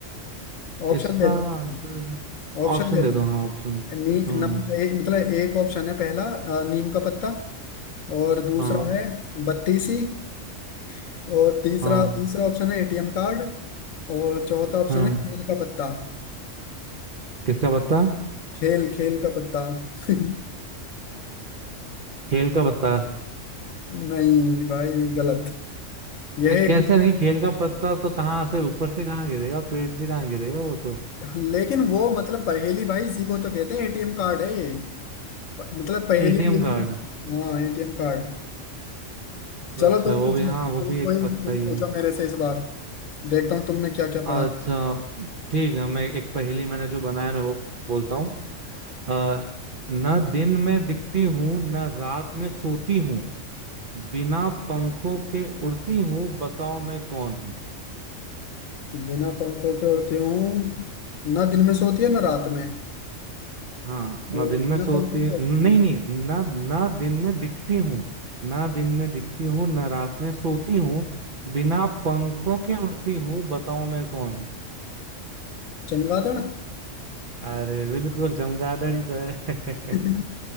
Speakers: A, on the left; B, on the right.
A: ऑप्शन
B: इसका
A: देता
B: आंसर
A: हूँ, ऑप्शन
B: ऑप्शन
A: देता
B: दे दो हाँ ऑप्शन
A: हूँ। नी
B: हम्म
A: नम ए, मतलब एक ऑप्शन है पहला अ, नीम का पत्ता और दूसरा
B: हाँ
A: है बत्तीसी <laughs> और तीसरा
B: हाँ
A: तीसरा ऑप्शन है एटीएम कार्ड और चौथा ऑप्शन
B: हाँ
A: है खेल का पत्ता
B: किसका पत्ता
A: खेल खेल का पत्ता <laughs>
B: हेल का पत्ता
A: नहीं भाई गलत यह
B: अ, कैसे नहीं खेल का पत्ता तो कहाँ से ऊपर से कहाँ गिरेगा पेट से कहाँ गिरेगा वो तो
A: लेकिन वो मतलब पहेली भाई इसी को तो कहते हैं एटीएम कार्ड है ये प- मतलब पहेली
B: ATM
A: यही
B: card
A: तो हाँ एटीएम कार्ड
B: तो
A: चलो
B: अच्छा
A: तुम
B: वो
A: पूछो
B: भी हाँ वो
A: कोई
B: भी
A: कोई
B: एक पत्ता
A: तुम
B: ही
A: पूछो
B: है
A: मेरे से इस बार देखता हूँ तुमने क्या क्या
B: अच्छा
A: पढ़ा
B: ठीक है मैं एक पहेली मैंने जो बनाया मैं वो बोलता हूँ अ, ना दिन में दिखती हूँ ना रात में सोती हूँ बिना पंखों के उड़ती हूँ बताओ मैं कौन
A: बिना पंखों के उड़ती हूँ ना दिन में सोती है ना रात में
B: हाँ ना
A: और
B: दिन
A: बिना
B: में सोती
A: पंखों के उड़ती
B: नहीं
A: है
B: नहीं ना ना दिन में दिखती हूँ ना दिन में दिखती हूँ ना रात में सोती हूँ बिना पंखों के उड़ती हूँ बताओ मैं कौन हूँ
A: चमगादड़
B: अरे बिल्कुल चमगादड़ ही तो है <laughs>
A: <laughs>